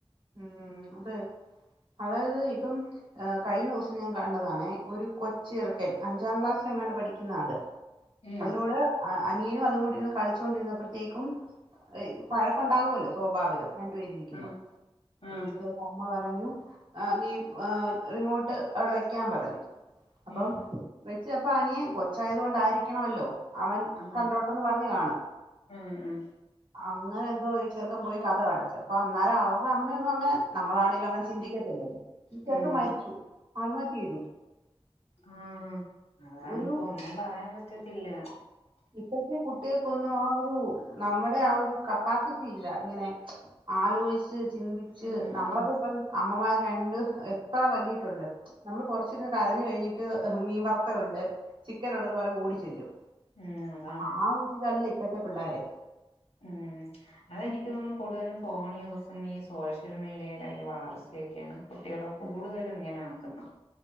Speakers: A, on the right (about 50°); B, on the left (about 80°).
A: ഉം അതെ അതായത് ഇപ്പം ഏഹ് കഴിഞ്ഞ ദിവസം ഞാൻ കണ്ടതാണെ ഒരു കൊച്ചു ചെറുക്കൻ അഞ്ചാം ക്ലാസ്സിലെങ്ങാണ്ട് പഠിക്കുന്നാത്
B: ഉം
A: അതിനോട് അനിയനും അതുംകൂ- ടിരുന്ന് കളിച്ചോണ്ടിരുന്നപ്പോഴത്തേക്കും വഴക്കുണ്ടാകുവല്ലോ സ്വാഭാവികം രണ്ടു പേരിക്കുമ്പോ
B: ആ
A: അപ്പഴത്തേക്ക്
B: ആ
A: അമ്മ പറ ഞ്ഞു ആഹ് നീ ആഹ് റിമോട്ട് അവിടെ വെയ്ക്കാൻ പറഞ്ഞു അപ്പം
B: ഉം
A: വെച്ച് അപ്പ അനിയൻ കൊച്ചായത് കൊണ്ടായിരിക്കണല്ലോ അവൻ
B: അങ്ങനെ
A: കണ്ടോട്ട ട്ടന്ന് പറഞ്ഞ് കാണും
B: ഉം ഉം
A: അങ്ങനെ എന്തോ ഈ ചെറ്ക്കൻ പോയി കഥകടച്ചു അപ്പൊ അന്നേരം അവ അമ്മയൊന്നും അങ്ങനെ നമ്മളാണെ അങ്ങനെ ചിന്തിക്കത്തില്ലല്ലോ
B: ഉം
A: ചെറക്കാൻ മരിച്ചു ആത്മഹ ചെയ്തു
B: ആഹ അതണ്
A: ഒരു
B: ഇപ്പോ ഒന്നും പറയാൻ പറ്റത്തില്ല
A: ഇപ്പോഴത്തെ കുട്ടികൾക്കൊന്നും ആ ഒരു നമ്മുടെ ആ ഒരു കപ്പാസിറ്റി ഇല്ല എങ്ങനെ ആലോചിച്ച് ചിന്തിച്ച്
B: ഉം
A: നമ്മളക്ക
B: ഉം
A: ഇപ്പം അമ്മമാര് രണ്ട് എത്ര വലിട്ടുണ്ട് നമ്മൾ കൊറച്ചിരുന്ന് കരഞ്ഞു കഴിഞ്ഞിട്ട് മീൻ വറുത്തവ ഉണ്ട് ചിക്കൻ ഉണ്ടന്ന് പറഞ്ഞ ഓടി ചെല്ലും
B: ഉം അതാണ്
A: ആ ഒരുരിതല്ല ഇപ്പഴത്തെ പിള്ളോര്
B: ഉം അതെനിക്ക് തോന്ന് കൂടുതലും ഫോൺ യൂസും ഈ സോഷ്യൽ മീഡിയയില വളർച്ചയൊക്കെയാണ് കുട്ടികളെ കൂടുതലും
A: ഉം.
B: ഇങ്ങനെ ആക്കുന്നു